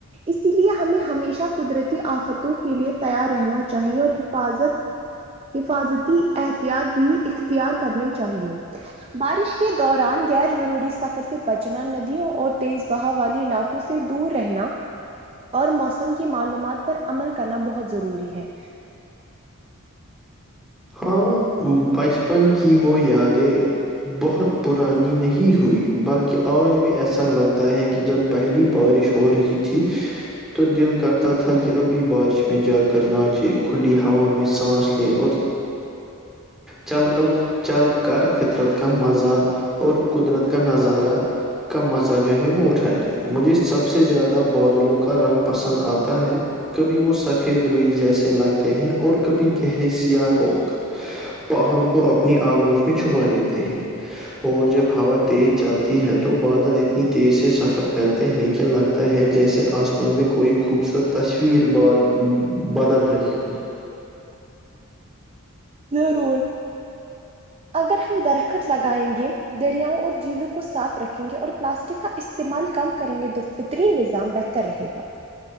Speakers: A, on the right; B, in the centre.
A: اسی لیے ہمیں ہمیشہ قدرتی آفتوں کے لیے تیار رہنا چاہیے اور حفاظت حفاظتی احتیاط بھی اختیار کرنے چاہیے بارش کے دوران غیر ضروری سفر سے بچنا ندیوں اور تیز وہ والی علاقوں سے دور رہنا اور موسم کی معلومات پر عمل کرنا بہت ضروری ہے
B: ہاں بچپن کی وہ یادیں بہت پرانی نہیں ہوئی بلکہ آج بھی ایسا لگتا ہے کہ جب پہلی بارش ہو رہی تھی تو دل کرتا تھا کہ ابھی بارش میں جا کر نہاچے کھلی ہوا میں سانس لے اور چل کرل چل کر فطرت کا مزہ اور قدرت کا نظارہ کا مزہ جو ہے وہ اٹھایا جائے مجھے سب سے زیادہ بادلوں کا رنگ پسند آتا ہے کبھی وہ سفید روئی جیسے لگتے ہیں اور کبھی گہرے سیاہح ہو کر پہاڑوں کو اپنی آگوش میں چھپا لیتے ہیں اور جب ہوا تیز چلتی ہے تو بادل اتنی تیز سے سفر کرتے ہیں کہ لگتا ت ہے جیسے آسمان میں کوئی خوبصورت تصویر ب بدل رہی ہو
A: ضرور اگر ہم درخت لگائیں گے دریاؤں اور جھیلوں کو صاف رکھیں گے اور پلاسٹک کا استعمال کم کریں گے دو فترین نظام بہتر رہے گا